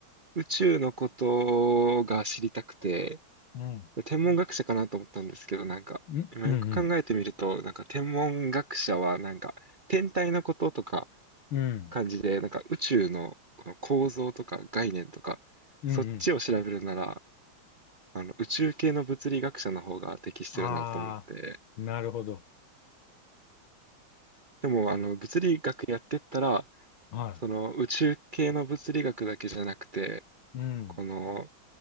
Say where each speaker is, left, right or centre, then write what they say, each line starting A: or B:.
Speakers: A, on the right (about 35°); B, on the left (about 85°).
A: 宇宙のことが知りたくて、
B: うん、
A: 天文学者かなと思ったんですけど、なんか、
B: うん、
A: 今よく考えてみると、
B: うん、うん、
A: なんか天文学者は、なんか、天体のこととか
B: うん、
A: 感じで、なんか宇宙のこの構造とか概念とか、
B: うん。
A: そっちを調べるなら、
B: うん
A: あの、宇宙系の物理学者の方が適してるなと思って、
B: ああ、なるほど。
A: でも、あの、物理学やってったら、
B: は
A: その宇宙系の物理学だけじゃなくて、
B: い。うん、
A: この